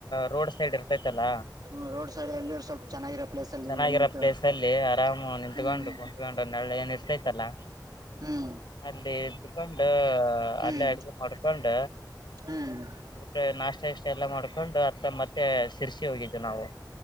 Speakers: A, on the left; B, on the right.
A: ರೋಡ್ ಸೈಡ್ ಇರ್ತೈತಲ್ಲ.
B: ಹ ರೋಡ್ ಸೈಡ್ ಎಲ್ಲಿರು ಸ್ವಲ್ಪ ಚೆನ್ನಾಗಿರೋ ಪ್ಲೇಸ್ ಅಲ್ಲಿ
A: ಚೆನ್ನಾಗಿರೋ
B: ನಿಂತು
A: ಪ್ಲೇಸ ಅಲ್ಲಿ ಆರಾಮು ನಿತ್ಕೊಂಡು.
B: ಹ್ಮ್
A: ತಗೊಂಡು ನೆಳ ಏನ್ ಇರ್ತೈತಲ್ಲ.
B: ಹು.
A: ಅಲ್ಲಿ ಇದಕೊಂಡು
B: ಹ್ಮ್
A: ಅಲ್ಲೇ ಅಡಗೆ ಮಾಡ. ಕೊಂಡ
B: ಹ್ಮ್
A: ಊಟ ನಾಷ್ಟ ಇಷ್ಟ ಎಲ್ಲ ಮಾಡ್ಕೊಂಡು ಅತ್ತ ಮತ್ತ. ಮತ್ತೆ ಸಿರ್ಸಿ ಹೋಗಿದ್ದು ನಾವು